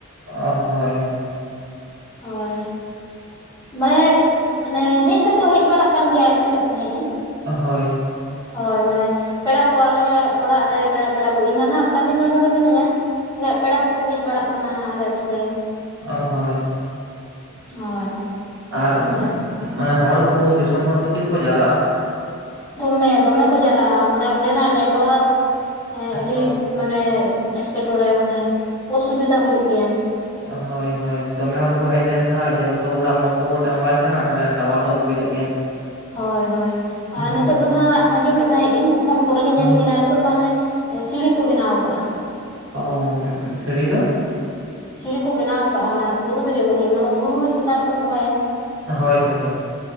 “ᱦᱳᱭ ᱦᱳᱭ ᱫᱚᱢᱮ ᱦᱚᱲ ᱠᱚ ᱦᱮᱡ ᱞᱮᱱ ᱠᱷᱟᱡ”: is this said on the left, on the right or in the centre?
Right